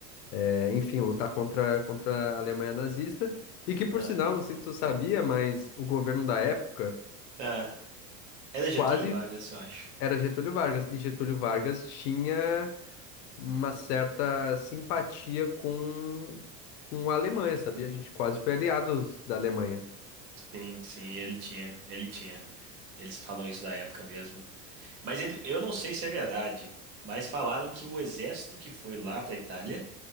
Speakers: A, on the left; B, on the right.
A: eh, enfim, lutar contra, contra a Alemanha nazista. E que, por
B: Ah,
A: sinal, não sei se tu sabia, mas o governo da época
B: ah. Era Getúlio
A: quase
B: Vargas, eu acho.
A: era Getúlio Vargas, e Getúlio Vargas tinha uma certa simpatia com, com a Alemanha, sabia? A gente quase foi aliados da Alemanha.
B: Sim, sim, ele tinha, ele tinha. Eles falam isso da época mesmo. Mas ele, eu não sei se é verdade, mas falaram que o exército que foi lá para a Itália